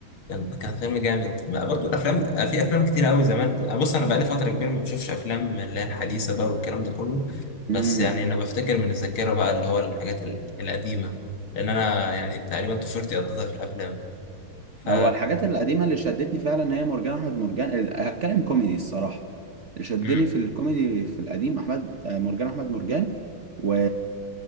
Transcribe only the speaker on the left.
كان كان فيلم جامد بقى برضو الافلام في افلام كتير قوي زمان بص انا بقالي فتره كبيره ما بشوفش افلام اللي هي الحديثه بقى والكلام ده كله
بس يعني انا بفتكر من الذاكره بقى اللي هو الحاجات ال- القديمه لان انا يعني تقريبا طفولتي قضيتها في الافلام ف
امم